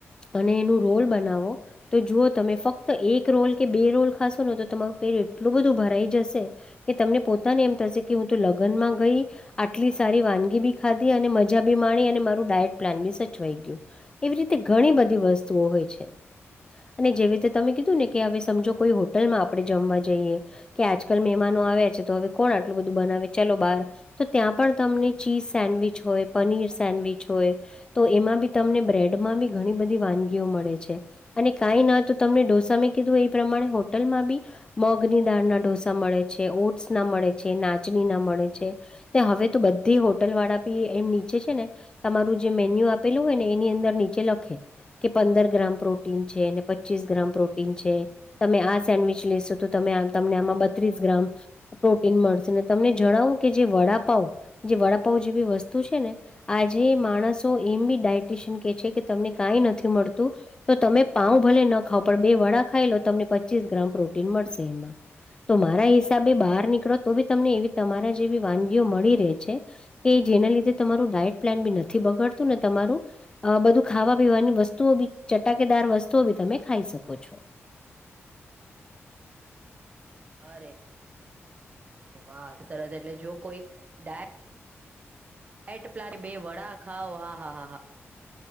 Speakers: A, on the left; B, on the right.
A: અને એનું રોલ બનાવો તો જુઓ તમે ફક્ત એક એક રોલ કે બે રોલ ખાશો ને તો તમારું પેટ એટલું બધું ભરાઈ જશે કે તમને પોતાને એમ થશે કે હું તો લગ્નમાં ગઈ આટલી સારી વાનગી બી ખાધી અને મજા બી માણી અને મારું ડાયટ પ્લાન બી સચવાઈ ગયું. એવી રીતે ઘણી બધી વસ્તુઓ હોય છે અને જેવી રીતે તમે કીધું ને કે હવે સમજો કોઈ હોટલમાં આપણે જમવા જઈએ કે આજકાલ મહેમાનો આવ્યા છે તો હવે કોણ આટલું બધું બનાવે ચલો બાર તો ત્યાં પણ તમને ચીઝ સેન્ડવીચ હોય, પનીર સેન્ડવીચ હોય તો એમાં બી તમને બ્રેડમાં બી ઘણી બધી વાનગીઓ મળે છે. અને કાંઈ ન તો તમને ઢોસા મેં કીધું એ પ્રમાણે હોટલમાં બી મગની દાળના ઢોસા મળે છે, ઓટ્સ ના મળે છે, નાચની ના મળે છે ને હવે તો બધી હોટલ વાળા બી એમ નીચે છે ને તમારું જે મેન્યુ આપેલું હોય ને એની અંદર નીચે લખે કે પંદર ગ્રામ પ્રોટીન છે, અનેન પચીસ ગ્રામ પ્રો છે તમે આ સેન્ડવીચ લેશો તોમે તમને આમાં બત્રીસ ગ્રામ પ્રોટીન મળશે, ને તમને જણાવો કે જે વડાપાઉ જે વડાપાઉ જેવી વસ્તુ છે ને આજે માણસો એમ બી ડાયટીશિયન કે છે કે તમને કઈ નથી મળતું તો તમે પાઉ ભલે ન ખાવ પણ બે વડા ખાઈ લો તમને પચીસ ગ્રામ પ્રોટીન મળશે એમાં. તો મારા હિસાબે બહાર નીકળો તો બી તમને એવી તમારા જેવી વાનગીઓ મળી રહે છે કે જેના લીધે તમારું ડાયટ પ્લાન બી નથી બગાડતું ને તમારું અ બધું ખાવા પીવાની વસ્તુઓ બી ચટાકેદાર વસ્તુઓ બી તમે ખાઈ શકો છો.
B: અરે વાહ સરસ એટલે જો કોઈ ડાય <unintelligible> પ્લાન બે વડા ખાઓ આ હા હા હા